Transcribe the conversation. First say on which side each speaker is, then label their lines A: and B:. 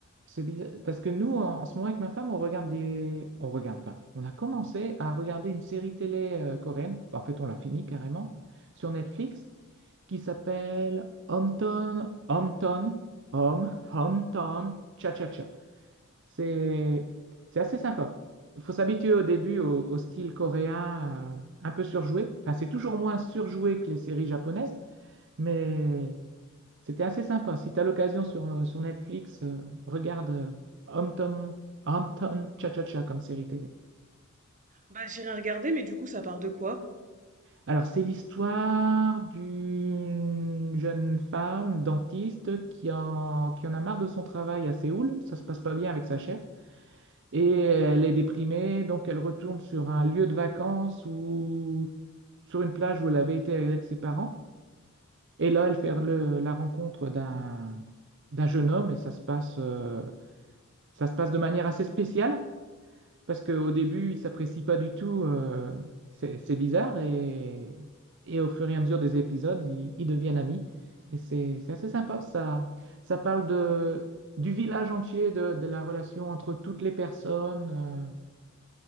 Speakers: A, on the right; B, on the right.
A: C'est bizarre- Parce que nous, en, en ce moment, avec ma femme, on regarde des... On regarde, enfin, on a commencé à regarder une série télé euh, coréenne. En fait, on l'a fini carrément sur Netflix qui s'appelle Hometown, Hometown, Home, Hometown, Cha-Cha-Cha. C'est c'est assez sympa. Il faut s'habituer au début au, au style coréen euh, un peu surjoué. Enfin, c'est toujours moins surjoué que les séries japonaises, mais c'était assez sympa. Si tu as l'occasion sur, euh, sur Netflix, euh, regarde euh, Home Tom, Home Tom Cha-Cha-Cha comme série télé.
B: Bah j'irai regarder, mais du coup, ça parle de quoi?
A: Alors, c'est l'histoire d'une jeune femme dentiste qui en, qui en a marre de son travail à Séoul. Ça se passe pas bien avec sa chef. Et elle est déprimée, donc elle retourne sur un lieu de vacances ou sur une plage où elle avait été avec ses parents. Et là, elle fait le- la rencontre d'un d'un jeune homme et ça se passe. euh, Ça se passe de manière assez spéciale parce qu'au début, ils s'apprécient pas du tout. euh, c'est c'est bizarre et, et au fur et à mesure des épisodes, ils, ils deviennent amis. Et c'est c'est assez sympa. Ça, ça parle de, du village entier, de, de la relation entre toutes les personnes. euh,